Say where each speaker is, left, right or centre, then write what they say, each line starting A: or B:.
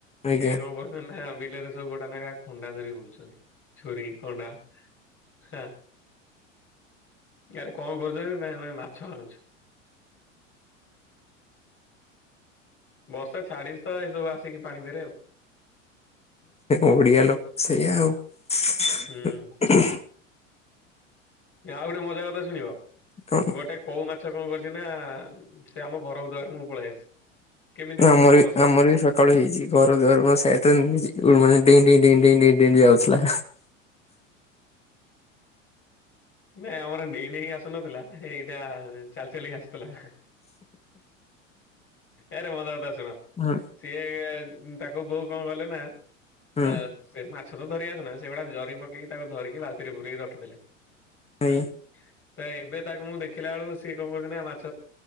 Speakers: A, on the left; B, on the left.
A: ଆଜ୍ଞା।
B: ସିଏ କଣ କର ନା ବିଲରେ ସବୁ ଗୋଟା ନାଖା ଖଣ୍ଡା ଧରି ବୁଲଛନ୍ତି ଛୁରୀ ଖଣ୍ଡା। ହଁ। ୟାରେ କଣ କରୁଛ ଏ ନାଇଁ ଆମେ ମାଛ ଆଣୁଛୁ। ବର୍ଷା ଛାଡିଶ ତ ଏସବୁ ଆସିକି ପାଣି ଦେରେ ଆଉ।
A: ଓଡିଆ ଲୋକ ସେଇଆ ଆଉ।
B: ହୁଁ ଆଉ ଗୋଟେ ମଜା କଥା ଶୁଣିବ।
A: କଣ
B: ଗୋଟେ କୋଉ ମା ଛ କଣ କରଛି ନା ସେ ଆମ ଘର ଦ୍ୱାର ମୁହଁକୁ ପଳେଇ ଆସିଛି। କେମିତି କଣ
A: ଆମର
B: ଭୁଲ
A: ବି
B: ବସତ
A: ଆମର ବି ସ ସକାଳ ହେଇଛି ଘରଦ୍ୱାର ମୁହଁ ସାଇଟରେ ଉ ମାନେ ଡେଇଁ ଡେଇଁ ଡେଇଁ ଡେଇଁ ଡେଇଁ ଡେଇଁ ଯାଉଥିଲା।
B: ନାଇଁ ଆମର ନେଇ ନେଇ ଆସୁନଥିଲା ଏ ଏଇଟା ଚାଲି ଚାଲି ଆସୁଥିଲା। ଏରେ ମଜାକଥା ଶୁଣ।
A: ହଁ।
B: ସିଏ ତାକୁ ବୋଉ କଣ କଲେ ନା
A: ହୁଁ
B: ଆ ସେ ମାଛ ତ ଧରିିଆସେନା ସେଗୁଡା ଜରି ପକେଇକି ତାକୁ ଧରିକି ବାଲଟିରେ ପୁରେଇକି ରଖିଦେଲେ।
A: ଆଜ୍ଞା
B: ହୁଁ। ତ ଏବେ ତାକୁ ମୁଁ ଦେଖିଲା ବେଳକୁ ସିଏ କଣ କରଛି ନା ମାଛ